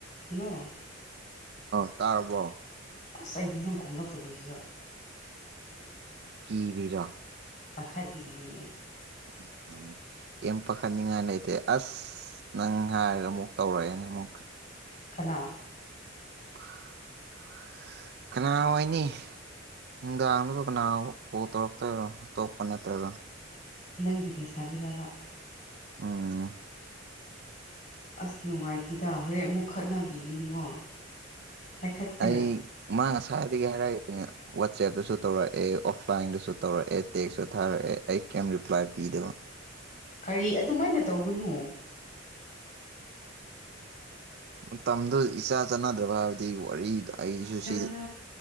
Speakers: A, on the left; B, on the right.
A: hello
B: ꯑꯣ ꯇꯥꯔꯕꯣ
A: ꯑꯁ ꯑꯩꯗꯤ ꯅꯝ ꯈꯣꯝꯂꯛꯇꯕꯗꯨꯗ
B: ꯀꯤꯔꯤꯔꯥ
A: ꯃꯈꯈꯥꯗꯤꯅꯤ
B: ꯎ ꯀꯩ ꯄꯥꯈꯠꯅꯤꯡꯉꯥꯏ ꯂꯩꯇꯦ ꯑꯁ ꯅꯪ ꯍꯥꯏꯔꯒ ꯑꯃꯨꯛ ꯇꯧꯔꯛꯑꯦ ꯅꯪ ꯑꯃꯨꯛ
A: ꯀꯅꯥ
B: <unintelligible> ꯀꯅꯥ ꯑꯣꯏꯅꯤ ꯅꯨꯡꯗꯥꯡꯗꯕꯨ ꯀꯅꯥ ꯀꯣꯜ ꯇꯧꯔꯛꯇꯣꯏꯔꯣ ꯑꯇꯣꯞꯄ ꯅꯠꯇ꯭ꯔꯒ
A: ꯅꯪꯒꯤ ꯂꯩꯁꯥꯕꯤꯔꯕ
B: ꯎꯝ
A: ꯑꯁ ꯅꯨꯡꯉꯥꯏꯇꯦꯗ ꯍꯣꯔꯦꯟ ꯑꯃꯨꯛ ꯈꯠꯅꯕꯤꯒꯅꯤꯀꯣ ꯄꯥꯏꯈꯠꯀꯦꯔꯥ
B: ꯑꯩ ꯃꯥꯥꯡ ꯉꯁꯥꯏꯗꯒꯤ ꯍꯥꯏꯔꯛꯏꯅꯦ ꯋꯥꯆꯦꯞꯇꯁꯨ ꯇꯧꯔꯛꯑꯦ ꯑꯣꯐꯂꯥꯏꯟꯗꯁꯨ ꯇꯧꯔꯛꯑꯦ ꯇꯦꯛꯁꯁꯨ ꯊꯥꯔꯛꯑꯦ ꯑꯩ ꯀꯩꯝ ꯔꯤꯄ꯭ꯂꯥꯏ ꯄꯤꯗꯕ
A: ꯀꯔꯤ ꯑꯗꯨꯃꯥꯏꯅ ꯇꯧꯒꯅꯨ
B: ꯃꯇꯝꯗꯨ ꯏꯆꯥ ꯆꯥꯟꯅꯗ꯭ꯔꯕ ꯍꯥꯏꯕꯗꯤ ꯋꯥꯔꯤꯗꯣ ꯑꯩꯁꯨ
A: ꯆꯥꯅ
B: ꯁꯤ